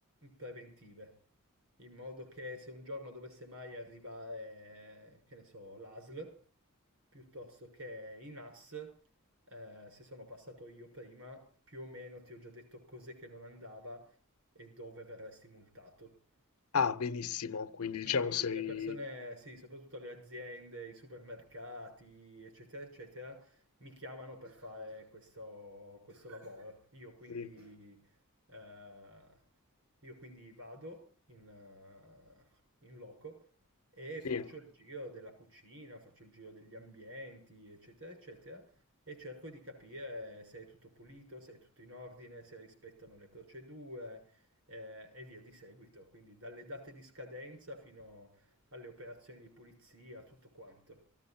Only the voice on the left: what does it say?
Ah, benissimo, quindi
diciamo sei...
Sì,
sì.